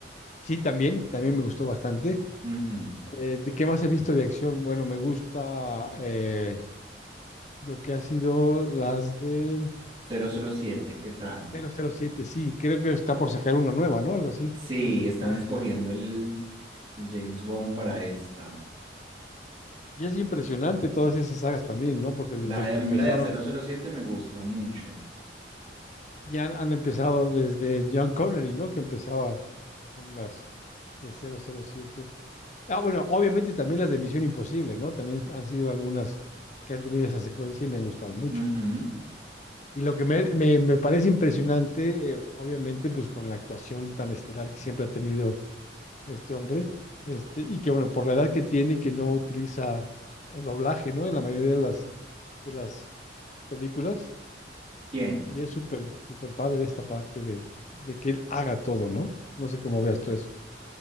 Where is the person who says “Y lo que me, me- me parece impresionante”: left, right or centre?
Left